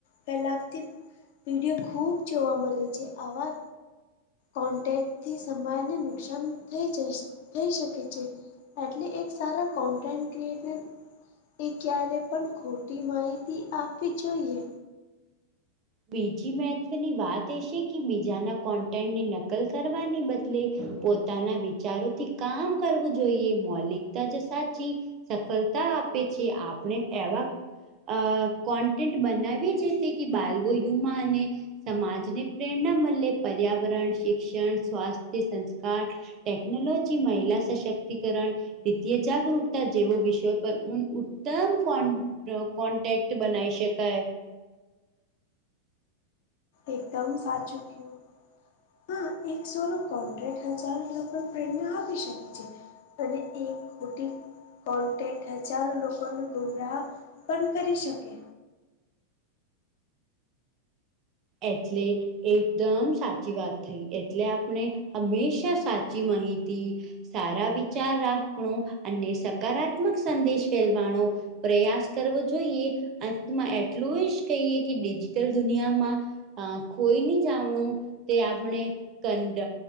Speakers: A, on the left; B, on the right.
A: પેલાતી પીડીયો ખૂબ જોવા મળે છે આવા કોન્ટેક્ટથી સમાજને નુકસાન થઈ જ થઈ શકે છે. એટલે એક સારા કોન્ટેન્ટ ક્રિએટને એ ક્યારે પણ ખોટી માહિતી આપવી જોઈએ.
B: બીજી મહત્વની વાત એ છે કે બીજાના કોન્ટેન્ટની નકલ કરવાને બદલે પોતાના વિચારોથી કામ કરવું જોઈએ મૌલિકતા તો સાચી સફલતા આપે છે આપણે એવા અહ કોન્ટેકન્ટ બનાવી જે તે કે બાલવો યુમા અને સમાજને પ્રેરણા મલે પર્યાવરણ શિક્ષણ સ્વાસ્થ્ય સંસ્કાર ટેકનોલોજી મહિલા સશક્તિકરણ તેથીયે જાગૃકતા જેવો વિષયો પર ઉત્તમ કોણ નો કોન્ટેક્ટ બનાવી શકાય
A: એકદમ સાચું કયું હા એક સારો કોન્ટક્ટ હજાર લોકોને પ્રેરણા આપી શકે છે. તને એક ખોટી કોન્ટે્ટ હજારો લોકોનો ગુમરાહ પણ કરી શકે
B: એટલે એકદમ સાચી વાત થઈ એટલે આપણે હંમેશા સા ચી માહિતી, સારા વિચાર રાખવુ અને સ કાત્મક સંદેશ ફેલવાનો પ્રયાસ કરવો જોઈએ. અંતમાં એટલું જ કહીએ કે ડિજિટલ દુનિયામાં હ ખોઈનું જાવાનું તે આપણે કનટ